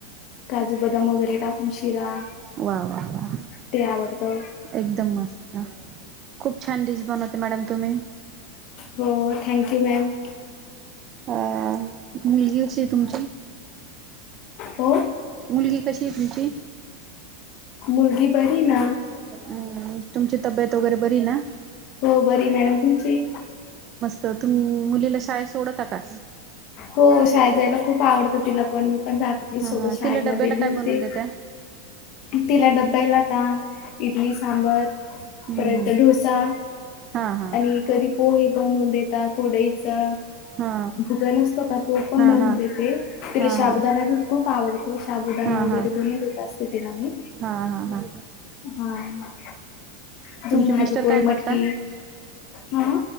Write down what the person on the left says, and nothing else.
काजू बदाम वगैरे टाकून शिरा
ते आवडतं
हो थँक यू मॅम.
हो.
मुलगी बरी ना.
हो बरी मॅडम. तुमची?
हो शाळेत जायला खूप आवडतं तिला पण. पण जाती सोबत
शाळेमध्ये
लिवते.
तिला डब्याला का? इडली, सांबर.
परत
डोसा
आणि कधी पोहे बनून देता कुरडईचा
भुगा न तो पण
बनून
देते, तिला
शाबुदाणा
खूप आवड तो साबुदाणा
वगैरे बनून देत असते तिला मी.
हा अजुन
भाजीपोळी
मटकी.
हा